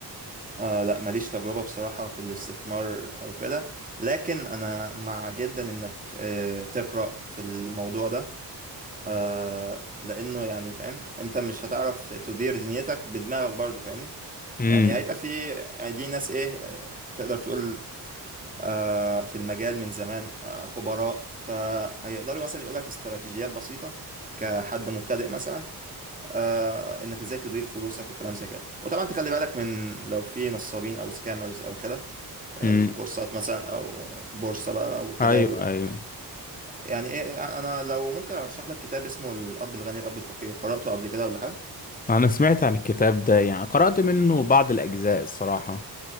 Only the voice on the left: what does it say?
امم
امم
ايوه ايوه
انا سمعت عن الكتاب ده يعني قرأت منه بعض الاجزاء الصراحة